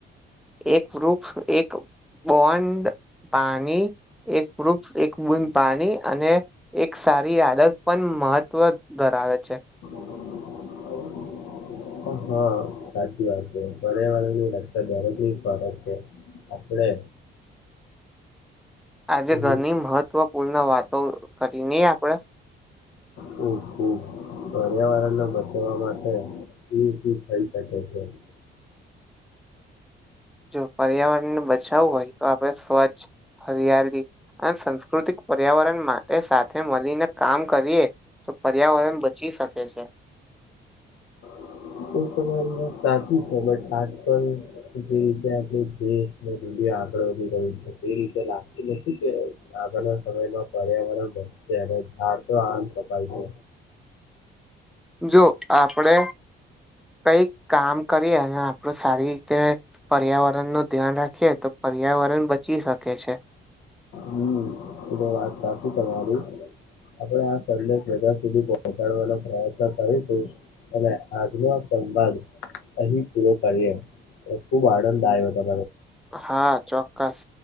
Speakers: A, in the centre; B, on the left (about 80°).
A: એક વૃક્ષ, એક બોન્ડ, પાણી એક એક બૂદ પાણી અને એક સારી આદત મહત્વ ધરાવે છે.
B: <inaudible> <unintelligible> હા સાચી વાત છે, પર્યાવરણની લત જારજ ફરક છે આપણે
A: આજે
B: ઉ-
A: ઘરની મહત્વપૂર્ણ વાતો કરી નહી આપણેે
B: હમ્મ હમ્મ પર્યાવરણને બચવા માટે થઈ શકે છે. <inaudible> <unintelligible>
A: જો પર્યાવરણને બચાવવું હોય તો આપડે સ્વચ્છ, હરિયાળી સંસ્કૃતિક પર્યાવરણ માટે સાથે મળીને કામ કરીએ તો પર્યાવરણ એ બચી શકે છે.
B: <inaudible> એ તમારી સાચી છે, બટ આજ કલ જે રીતે દેશ દ આગળ વધી રહયા છે એ રીતે લાગતી નથી કે આગળના સમયમાં પર્યાવરણ બચચ તો આમ સપાય છે.
A: જો આપણે કઈક કામ કરીએ અને આપડું સારી રીતે પર્યાવરણ નું ધ્યાન રાખીએ તો પર્યાવરણ બચી શકે છે.
B: હમ એ તો વાત સાચી તમારી આપણે આ સંદેશ બધા સુધી પહોચાડવાનો પ્રયત્ન કરીશું અને આજનો સંવાદ અહી પૂરો કરીએ ખુબ આનંદ આવ્યો હતો.
A: હા ચોક્કસ